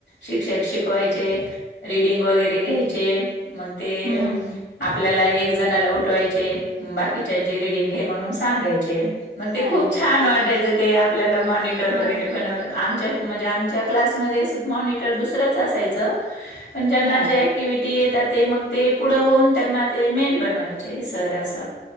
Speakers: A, on the left; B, on the right.
A: शिक्षक शिकवायचे रीडिंग वगैरे घ्यायचे. मग ते
B: हम्म
A: आपल्याला एक जणाला उठ पाठवायचे बाकीच्याची रिडिंग घे म्हणून सांगायचे. मग
B: सांगायचे
A: ते खूप छान वाटायचं आपल्याला मॉनिटर
B: ह
A: वगैरे बनवायचे- म्हणजे आमच्या क्लासमध्ये मॉनिटर दुसरंच असायचं, पण ज्यांना
B: हा
A: जे ऍक्टिव्हिटीहा ते मग ते पुढं होऊन त्यांना ते मेन बनवायचे सर अस